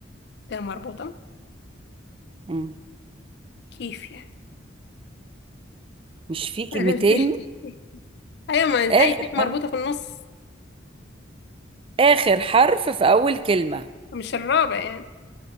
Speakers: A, on the left (about 55°); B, on the right (about 25°).
A: ت مربوطة
B: مم.
A: كيف يعني
B: مش في كلمتين
A: ألف ب ت ت أيوة ما إزاي
B: آخر
A: ت مربوطة
B: حرف
A: في النص
B: آخر حرف في أول كلمة
A: مش الرابع يعني